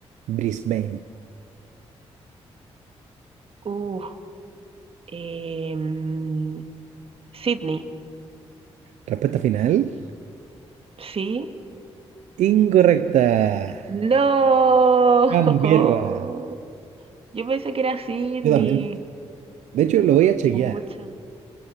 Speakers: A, on the right; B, on the right.
A: Brisbane.
B: Uh, em, Sydney,
A: Respuesta final.
B: ¿sí?
A: Incorrecta.
B: No.
A: Canberra.
B: <laughs> Yo pensé que era Sydney.
A: Yo también. De hecho, lo voy a chequear.
B: Pucha.